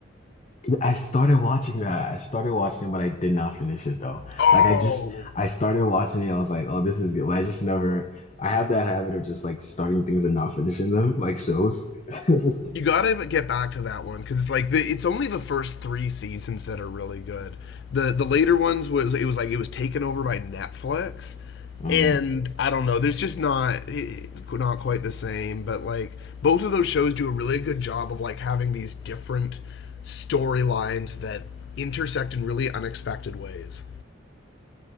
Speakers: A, on the left; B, on the left.
A: I started watching that. I started watching it, but I did not finish it though.
B: Oh,
A: Like I just I started watching it. I was like, oh, this is good. But I just never I have that habit of just like starting things and not finishing them, like shows. <laughs>
B: you gotta get back to that one because it's like the, it's only the first three seasons that are really good. The the later ones was it was like it was taken over by Netflix,
A: Mm.
B: and I don't know. There's just not it, not quite the same. But like both of those shows do a really good job of like having these different storylines that intersect in really unexpected ways.